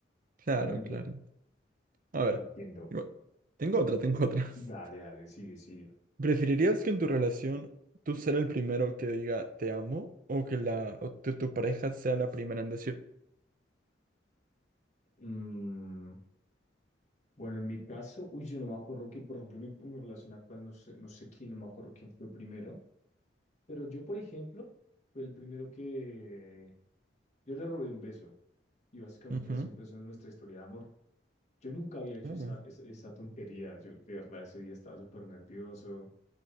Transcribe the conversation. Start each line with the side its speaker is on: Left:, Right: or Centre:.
Right: Claro,
Left: Bonito,
Right: claro. A ver,
Left: entiendo.
Right: igual- tengo otra, tengo otra.
Left: Dale,
Right: <laughs>
Left: dale, sigue, sigue.
Right: ¿Preferirías que en tu relación tú ser el primero que diga te amo o que la o tu, tu pareja sea la primera en decir?
Left: Mm, bueno, en mi caso, uy, yo no me acuerdo que, por ejemplo, mi, mi relación actual, no sé, no sé quién, no me acuerdo quién fue primero, pero yo, por ejemplo, fue el primero que yo le robé un beso y básicamente
Right: Ujú.
Left: así empezó nuestra historia de amor. Yo nunca había hecho
Right: Mm.
Left: esa, esa, esa tontería, yo de verdad ese día estaba súper nervioso,